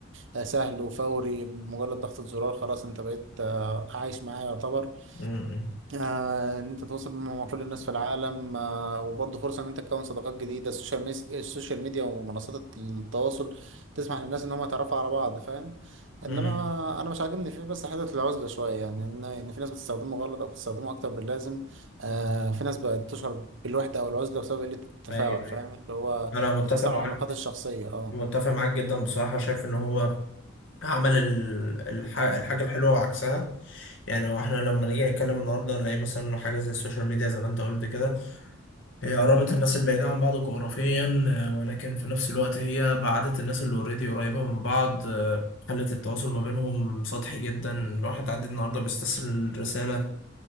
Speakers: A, on the right; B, on the left.
A: آه، سهل وفوري بمجرد ضغطة زرار خلاص انت بقيت آه عايش معاه يعتبر
B: امم
A: آه، ان انت تتواصل مع كل الناس في العالم آه، وبرضه فرصه ان انت تكون صداقات جديده السوشيال ميس... السوشيال ميديا ومنصات التواصل تسمح للناس ان هم يتعرفوا على بعض فاهم
B: امم
A: انما انا مش عاجبني فيه بس حته العزله شويه يعني ان إن في ناس بتستخدمه غلط او بتستخدمه اكتر من اللازم آه في ناس بقت تشعر بالوحده او العزله بسبب قله التفاعل
B: ايوه أيوة.
A: فاهم اللي هو
B: انا متفق
A: بتاثر
B: معاك
A: على العلاقات الشخصيه اه
B: متفق معاك جدا بصراحة شايف ان هو عمل ال- الح... الحاجة الحلوة وعكسها يعني هو احنا لما نيجي نتكلم النهارده نلاقي مثلا إنه حاجة زي السوشيال ميديا زي ما انت قلت كده هي قربت الناس البعيدة عن بعض جغرافيا آه، ولكن في نفس الوقت هي بعدت الناس اللي اوريدي قريبة من بعض آه، خلت التواصل ما بينهم سطحي جدا الواحد عادي النهاردة بيستسهل رسالة